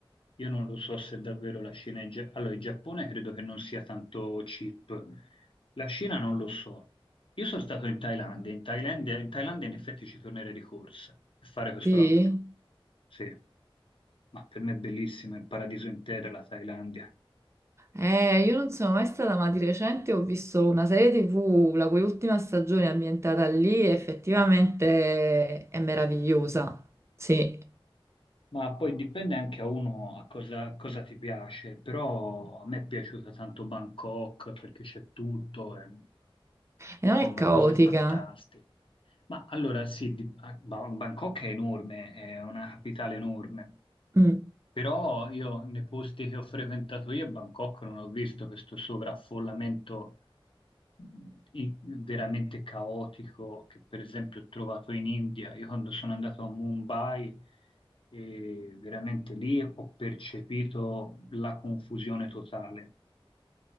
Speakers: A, on the left; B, on the right.
A: io non lo so se davvero la Cina è... già- Allora, il Giappone credo che non sia tanto cheap, la Cina non lo so. Io sono stato in Thailandia, in Thailandia, in Thailandia in effetti ci tornerei di corsa per fare questo
B: Sì.
A: lavoro, sì, ma per me è bellissima, è il paradiso intero la Thailandia.
B: Eh, io non sono mai stata, ma di recente ho visto una serie TV, la cui ultima stagione è ambientata lì, e effettivamente è meravigliosa. Sì,
A: Ma poi dipende anche a uno a cosa, cosa ti piace, però a me è piaciuta tanto Bangkok perché c'è tutto, e,
B: e non
A: insomma,
B: è caotica.
A: cose fantastiche. Ma allora sì, di- a- Ba- Bangkok è enorme, è una capitale enorme,
B: Mm.
A: però io nei posti che ho frequentato io a Bangkok non ho visto questo sovraffollamento mh, i- veramente caotico che per esempio ho trovato in India. Io quando sono andato a Mumbai, eh, veramente lì ho percepito la confusione totale.